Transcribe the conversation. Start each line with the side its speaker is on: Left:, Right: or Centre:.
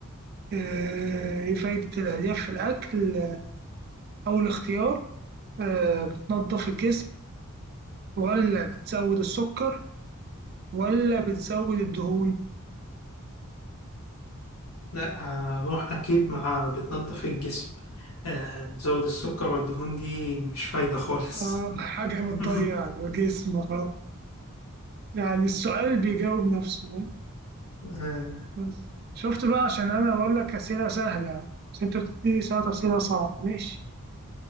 Right: آه إيه فايدة الألياف في الأكل؟ أول اختيار آه بتنظف الجسم ولا بتزود السكر ولا بتزود الدهون
Left: لا هروح أكيد مع بتنضف الجسم آه، بتزود السكر والدهون دي مش فايدة خالص
Right: آه حاجة بتضيع
Left: <laughs>
Right: الجسم خلاص. يعني السؤال بيجاوب نفسه
Left: آه،
Right: بس شفت بقى عشان أنا بقول لك أسئلة سهلة بس أنت بتديني ساعات أسئلة صعبة ماشي